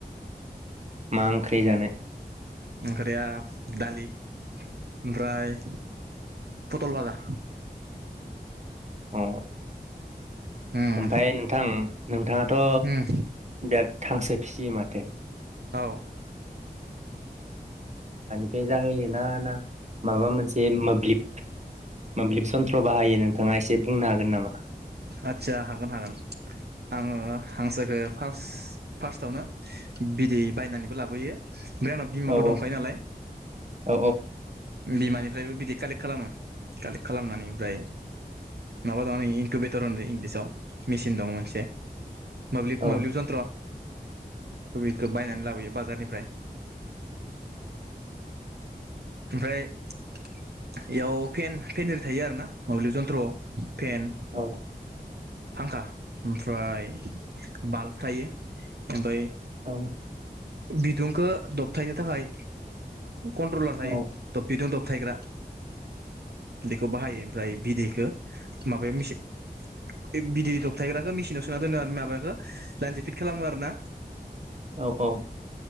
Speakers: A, on the right (about 45°); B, on the right (about 80°).
A: मा ओंख्रि जानाय
B: ओंख्रिया दालि ओमफ्राय फटल भाजा
A: अ
B: उम
A: ओमफ्राय नोंथां नोंथांङा थ
B: उम
A: बे थांसो फिसियो माथो
B: औ
A: बे जाहोयोना ना माबा मोनसे मोब्लिब मोब्लिब सन्थ्र बाहायो नोंथाङा एसे बुंनो हागोन नामा?
B: आदसा हागोन-हागोन आंङो हांसोखौ फार्स्ट फार्स्टआवनो बिदै बायनानैबो लाबोयो फ्राय आंना बिमाबो
A: औ
B: दंखायो नालाय
A: औ
B: बिमानिफ्रायबो बिदि कालेक्ट खालामो खालामनानै ओमफ्राय माबा दंङ नै इनकुबेटर होनो इंलिसाव मेसिन दंङ मोनसे मोब्लिब-मोब्लिब
A: औ
B: जन्त्र कबिखौ बायनानै लाबोयो बाजारनिफ्राय ओमफ्राय एयाव फेन-फेन आरि थायो आरोना मोब्लिब जन्थ्रआव फेन
A: औ
B: फांखा ओमफ्राय बाल्ब थायो ओमफ्राय
A: औ
B: बिदुंखौ दबथायनो थाखाय कन्ट्रलार थायो
A: औ
B: बेदिनो थायग्रा बेखौ बाहायो ओमफ्राय बिदैखो माबायाव मेसिन बिदै दबथायग्राखौ मेसिनाव सोना दोनो आरो माबाखो लायन्दो फिट खालामो आरोना।
A: औ-औ